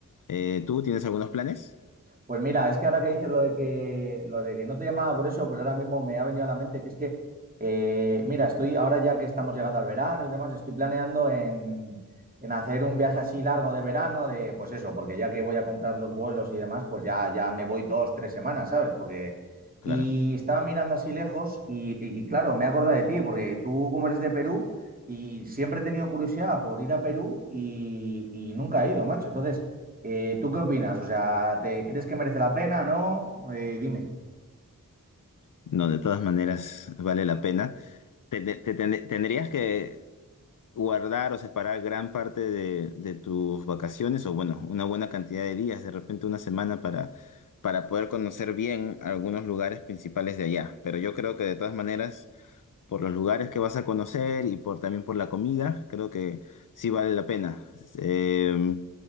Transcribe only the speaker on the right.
Pues mira, es que ahora que dices lo de que, lo de que no te llamaba por eso, pero ahora mismo me ha venido a la mente que es que, eh, mira, estoy ahora ya que estamos llegando al verano y demás, estoy planeando en, en hacer un viaje así largo de verano, de pues eso, porque ya que voy a comprar los vuelos y demás, pues ya, ya me voy dos, tres semanas, ¿sabes? Porque,
y estaba mirando así lejos y, y- y claro, me he acordado de ti, porque tú como eres de Perú y siempre he tenido curiosidad por ir a Perú y, y nunca he ido, macho. Entonces... Eh, ¿tú qué opinas? O sea, ¿te crees que merece la pena? ¿No? Eh, dime.